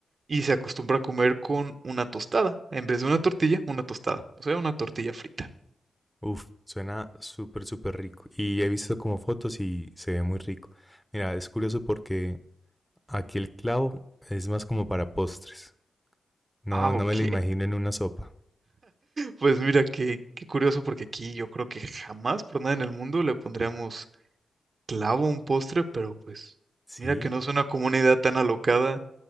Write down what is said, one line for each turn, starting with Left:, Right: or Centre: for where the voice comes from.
Right: Y se acostumbra a comer con una tostada, en vez de una tortilla, una tostada, o sea, una tortilla frita.
Centre: Uf, suena súper, súper rico. Y he visto como fotos y se ve muy rico. Mira, es curioso porque aquí el clavo es más como para postres. No,
Right: Ah,
Centre: no
Right: ok.
Centre: me lo imagino en una sopa.
Right: Pues mira, qué, qué curioso porque aquí yo creo que jamás por nada en el mundo le pondríamos clavo a un postre, pero pues
Centre: Sí,
Right: mira que no es una comunidad tan alocada,